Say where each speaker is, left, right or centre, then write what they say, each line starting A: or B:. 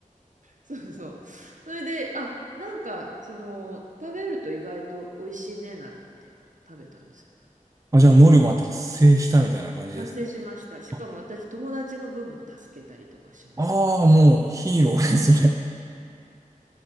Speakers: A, on the right (about 60°); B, on the right (about 25°).
A: そうそう。それで、あ、なんか、その、食べると意外と美味しいね、なんて言って食べたんですけど。
B: あ、じゃあノルマ達成したみたいな感じですか
A: 達成しました。しかも私、
B: あ、
A: 友達の分も助けたりとかしました。
B: ああ、もうヒーローですね。